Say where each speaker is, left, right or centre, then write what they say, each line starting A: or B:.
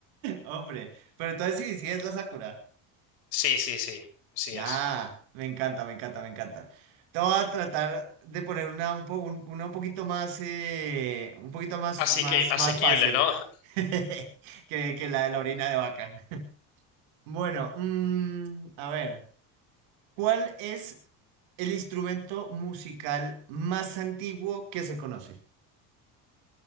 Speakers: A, on the right; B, on the left.
A: Hombre, pero entonces sí, sí es la sakura.
B: Sí, sí, sí, sí
A: Ah,
B: es.
A: me encanta, me encanta, me encanta. Te voy a tratar de poner una un, po- un- una un poquito más, eh, un poquito más,
B: Así
A: más,
B: que asequible,
A: más fácil
B: ¿no? <laughs>
A: <laughs> que, que la de la orina de vaca. <laughs> Bueno, mm, a ver, ¿cuál es el instrumento musical más antiguo que se conoce?